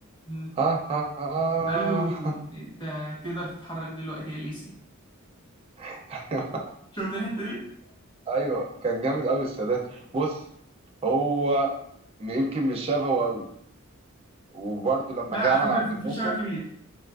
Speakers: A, on the left; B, on the right.
A: مم.
B: ها ها ها
A: قال له أنت تقدر تتحرك دلوقتي يا ليسي
B: <laughs>
A: شفت الحتة دي؟
B: ايوه كان جامد قوي السادات بص هو يمكن مش شبهه قوي وبرده لما
A: لا
B: جه
A: على
B: عمل
A: فكرة
B: عبد
A: في
B: الناصر
A: في شبه كبير